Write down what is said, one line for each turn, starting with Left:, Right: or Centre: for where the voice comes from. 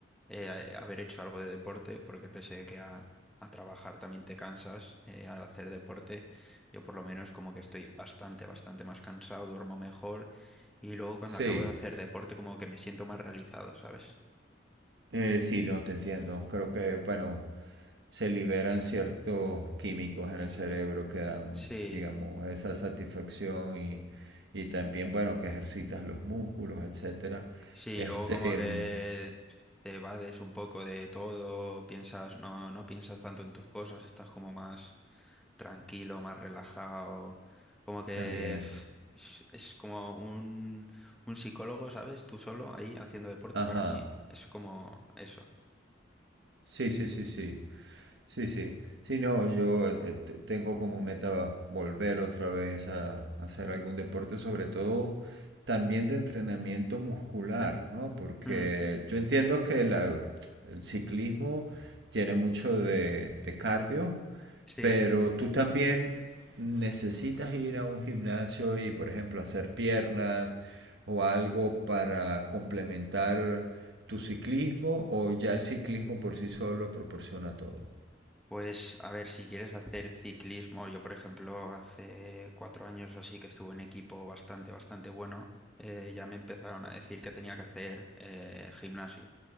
Centre: eh, haber hecho algo de deporte, porque pese que a, a trabajar también te cansas, eh, al hacer deporte yo por lo menos como que estoy bastante, bastante más cansado, duermo mejor y luego cuando
Right: Sí,
Centre: acabo de hacer deporte como que me siento más realizado, ¿sabes?
Right: Eh, sí, no, te entiendo. Creo que, bueno, se liberan ciertos químicos en el cerebro que dan,
Centre: Sí,
Right: digamos, esa satisfacción y, y también, bueno, que ejercitas los músculos, etcétera.
Centre: Sí,
Right: Este,
Centre: luego como
Right: em,
Centre: que te vades un poco de todo, piensas, no, no piensas tanto en tus cosas, estás como más tranquilo, más relajado, como que
Right: también.
Centre: f- es es como un, un psicólogo, ¿sabes? Tú solo ahí haciendo deporte
Right: Ajá.
Centre: para mí es como eso.
Right: Sí, sí, sí, sí. Sí, sí. Sí, no, yo eh, te- tengo como meta volver otra vez a, a hacer algún deporte, sobre todo también de entrenamiento muscular, ¿no? Porque
Centre: Mm,
Right: yo entiendo que la- el ciclismo tiene mucho de, de cardio,
Centre: sí.
Right: pero tú también necesitas ir a un gimnasio y, por ejemplo, hacer piernas o algo para complementar tu ciclismo, o ya el ciclismo por sí solo proporciona todo.
Centre: Pues a ver, si quieres hacer ciclismo, yo por ejemplo hace cuatro años o así que estuve en equipo bastante, bastante bueno, eh, ya me empezaron a decir que tenía que hacer eh, gimnasio,